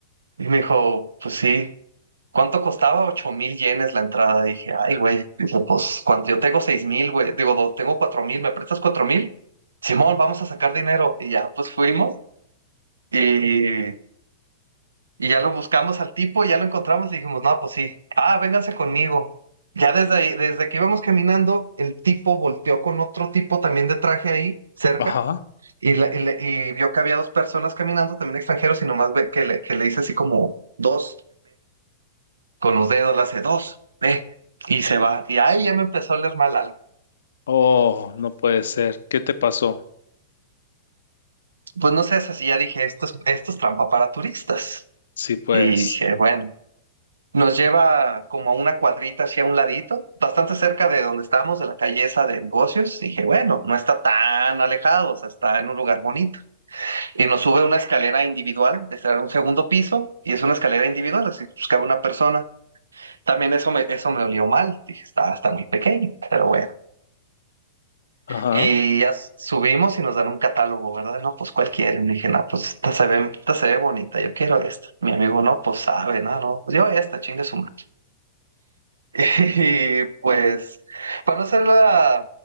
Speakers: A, on the right; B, on the left.
A: Y me dijo, pues sí. ¿Cuánto costaba? Ocho mil yenes la entrada. Dije, ay, güey. Dije, pues, cuando yo tengo seis mil, güey. Digo, do- tengo cuatro mil, ¿me prestas cuatro mil? Simón, vamos a sacar dinero. Y ya, pues fuimos. Y, y ya lo buscamos al tipo, ya lo encontramos y dijimos, no, pues sí. Ah, vénganse conmigo. Ya desde ahí, desde que íbamos caminando, el tipo volteó con otro tipo también de traje ahí, cerca.
B: Ajá.
A: Y, la- y le- y vio que había dos personas caminando, también extranjeros, y nomás ve que le, que le hice así como dos con los dedos, le hace dos, ve, y se va. Y ahí ya me empezó a oler mal algo.
B: Oh, no puede ser. ¿Qué te pasó?
A: Pues no sé, así ya dije, esto es, esto es trampa para turistas.
B: Sí, pues.
A: Y dije, bueno, nos lleva como a una cuadrita hacia un ladito, bastante cerca de donde estábamos, de la calle esa de negocios. Dije, bueno, no está tan alejado, o sea, está en un lugar bonito. Y nos sube una escalera individual, está en un segundo piso, y es una escalera individual, así pues cabe una persona. También eso me, eso me olió mal, dije, está, está muy pequeño, pero bueno.
B: Ajá.
A: Y ya s- subimos y nos dan un catálogo, ¿verdad? No, pues cualquiera. Y dije, no, pues esta se ve, esta se ve bonita, yo quiero esta. Mi amigo, no, pues sabe, no, no, pues yo esta, chingue su madre. <laughs> Y pues, para no hacerla